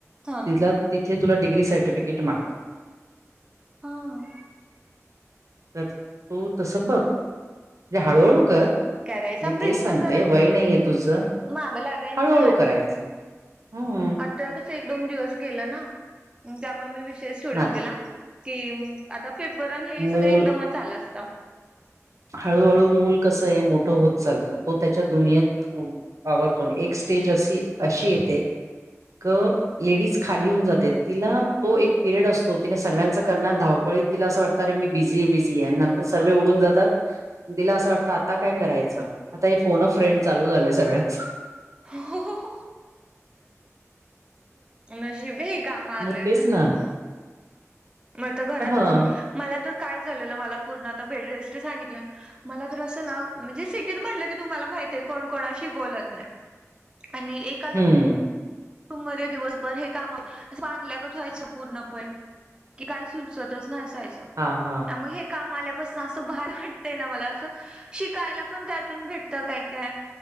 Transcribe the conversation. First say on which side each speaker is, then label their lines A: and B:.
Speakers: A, on the right; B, on the right.
A: हा
B: तिथला
A: ना.
B: तिथे तुला डिग्री सर्टिफिकेट मागतात.
A: हां.
B: तर तू तस बघ. म्हणजे हळूहळू कर.
A: करायचा
B: मी
A: प्रयत्न
B: तेच सांगते
A: जरा
B: वय नाहीये तुझं
A: माग लागायचा
B: हळूहळू करायचं. हम्.
A: त्यावेळी कस एक एकदम दिवस गेलं ना त्यामुळे मी विषयच सोडून
B: हा
A: दिला की आता पेपरन हे
B: मूल
A: सगळं एकदमच आलं असतं.
B: हळूहळू मूल कसं हे मोठं होत चालतं. तो त्याच्या दुनियेत वावरतो एकस्टेज अशी अशी येते क लेडीज खाली होऊन जाते. तिला तो एक पिरियड असतो. तिने सर्व्यांचा करणार धाव तिला असं वाटतं रे मी बिझी आहे. बिझी आहे. नंतर सर्वे उडून जातात. तिला असं वाटतं. आता काय करायचं. आता हे फोन अ र्फ्रेंड चालू झालंय. सगळ्यांच
A: हो हो. नशिब आहे हे काम आलय,
B: मग तेच
A: म्हणून
B: ना
A: मग तर घरात
B: हा
A: बसून मला तर काय झालेलं मला तर पूर्ण आता बेडरेस्ट सांगितलं. मला तर असं ना म्हणजे सिटीत म्हटलं ना की तुम्हाला माहिती आहे कोण कोणाशी बोलत नाही. आणि एक
B: हम्म
A: रुम मध्ये दिवसभर हे काम अस बांधल्यागत व्हायचं पूर्णपणे की काय सुचत च नसायचं.
B: हा हा.
A: मग हे काम आल्यापासन असं भारी वाटतय ना मला असं शिकायला पण त्यातून भेटत. काय काय